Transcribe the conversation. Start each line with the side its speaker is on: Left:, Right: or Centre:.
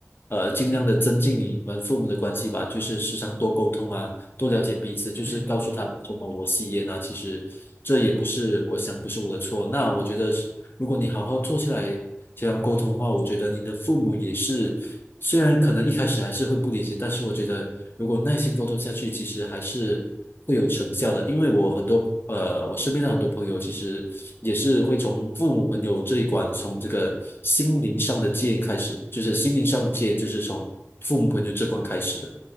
Left: 呃，尽量的增进你们父母的关系吧，就是时常多沟通啊，多了解彼此，就是告诉他什么我吸烟啊，
Right: 对对对，
Left: 其实这也不是我想不是我的错。那我觉得是，如果你好好坐下来这样沟通的话，我觉得你的父母也是，虽然可能一开始还是会不理解，但是我觉得如果耐心沟通下去，其实还是会有成效的。因为我很多呃，我身边的很多朋友其实也是会从父母朋友这一关，从这个心灵上的戒开始，就是心灵上的戒，就是从父母朋友这关开始的。